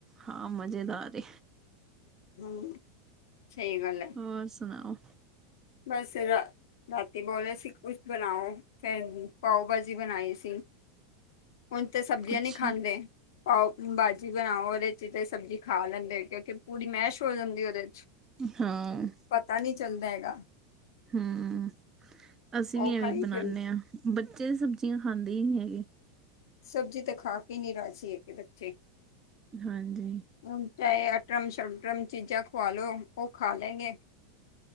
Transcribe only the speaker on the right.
ਹਾਂ ਮਜ਼ੇਦਾਰ
ਹੋਰ ਸੁਣਾਓ
ਕੁਛ
ਹਾਂ
ਹੂੰ, ਅਸੀਂ ਵੀ
ਐਵੇਂ ਬਣਾਉਦੇ,
ਹਾਂ ਬੱਚੇ ਸਬਜ਼ੀਆਂ ਖਾਂਦੇ ਹੀ ਨਹੀਂ ਹੈਗੇ।
ਹਾਂਜੀ